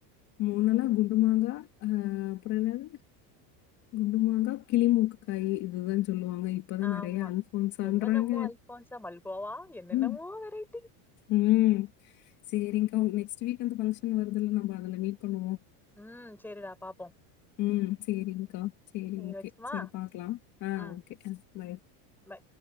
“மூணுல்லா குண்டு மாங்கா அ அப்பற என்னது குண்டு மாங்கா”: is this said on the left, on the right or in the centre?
Left